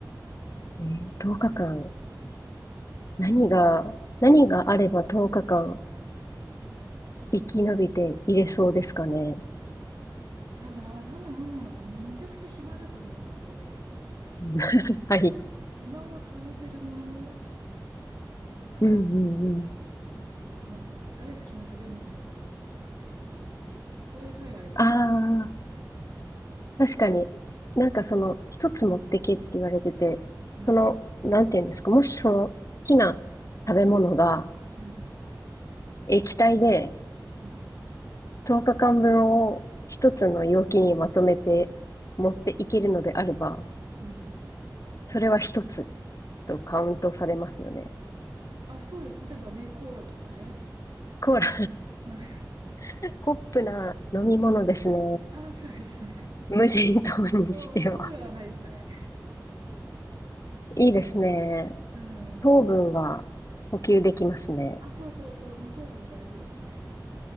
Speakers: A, on the left (about 45°); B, on the right (about 75°).
A: えー、10日間、何が、何があれば10日間生き延びていれそうですかね。
B: だから多分、むちゃくちゃ暇だと思うので、
A: うん <laughs> はい。
B: 暇を潰せるものかな
A: うんうんうん。
B: とか思うんですけど、まあ、大好きな食べ物とかでもいいのかもしれないし、これさえあれば生きていける。
A: ああ、確かに。なんかその、一つ持ってけって言われてて、
B: うん、
A: その、なんていうんですか、もしその、好きな食べ物が
B: うん、
A: 液体で
B: うん、
A: 10日間分を一つの容器にまとめて持っていけるのであれば、
B: うん。
A: それは一つ。とカウントされますよね。
B: あ、そうです。例えばね、コーラとかね。
A: コーラ、
B: <laughs> うん
A: <laughs> ポップな飲み物ですね。
B: あ、そうですね。
A: 無人島にしては。
B: お、コーラはないですかね。
A: いいですね。
B: うん。
A: 糖分は補給できますね。
B: あ、そうそうそう。まあ、糖分大事ですね。